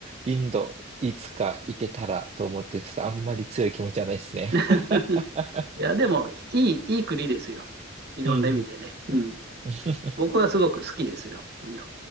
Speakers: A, on the right; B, on the right.
A: ー、インド、いつか行けたらと思ってるんですけど、あんまり強い気持ちはないですね。
B: <laughs>
A: <laughs>
B: いや、でも、いい、いい国ですよ。いろんな意味でね。
A: うんうん。
B: うん。
A: <laughs>
B: 僕はすごく好きですよ、インド。